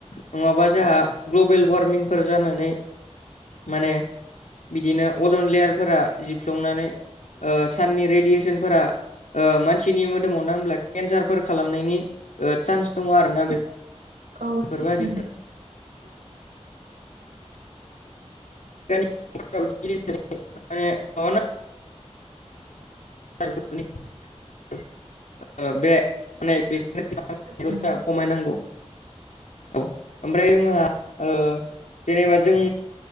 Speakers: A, on the left; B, on the right.
A: नङाबा जाहा ग्लबेल वार मिंफोर जानानै माने बिदिनो अजन लेयारफोरा जिफ्लंनानै ओ साननि रेडियेसनफोरा ओ मानसिनि मोदोमाव नांब्ला केन्सारफोर खालामनायनि ओ सान्स दङ' आरो ना बे
B: औ
A: बेफोरबायदि
B: सैथो
A: <unintelligible> <unintelligible> <unintelligible> नि ओ बे माने <unintelligible>
B: नोंथांनिनो
A: जोंहा खमायनांगौ। औ ओमफ्राय जोंहा ओ जेनेबा जों